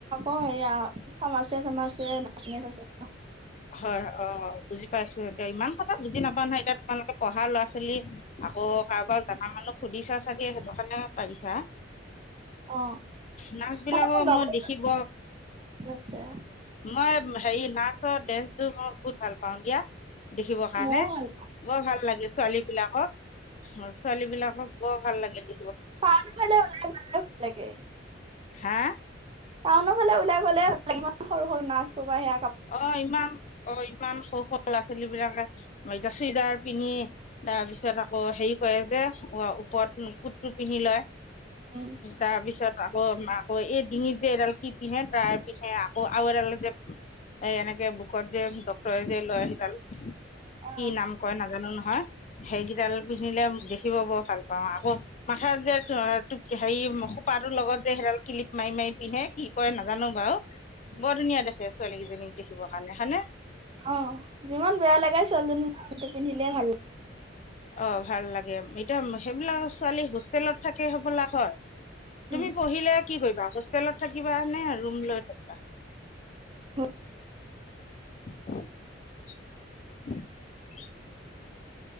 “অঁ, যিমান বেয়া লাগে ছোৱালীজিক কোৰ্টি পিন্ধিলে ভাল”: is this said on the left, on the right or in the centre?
Right